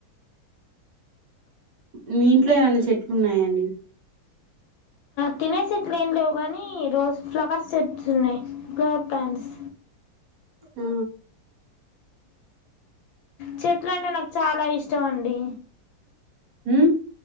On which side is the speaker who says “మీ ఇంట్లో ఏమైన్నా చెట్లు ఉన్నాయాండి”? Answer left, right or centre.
Right